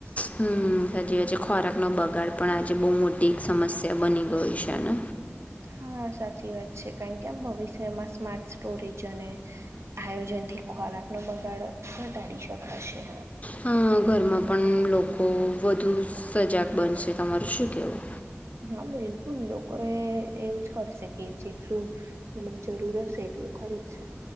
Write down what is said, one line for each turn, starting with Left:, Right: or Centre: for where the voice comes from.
Left: હમ્મ સાચી વાત છે ખોરાકનોો બગાડ પણ આજે બહુ મોટી સમસ્યા બની ગઈ છેને.
Right: હા સાચી વાત છે કારણ કે આમ ભવિષ્યમાં સ્માર્ટ સ્ટોરેજ અને આયોજનથી ખોરાકનો બગાડ ઘટાડી શકાશે.
Left: હમ્મ ઘરમાં પણ લોકો વધુ સજાગ બનશે તમારું શું કેવું.
Right: હા બિલકુલ લોકો એ એવું જ કરશે કે જેટલું મતલબ જરૂર હશે. એટલું ખરીદ છે.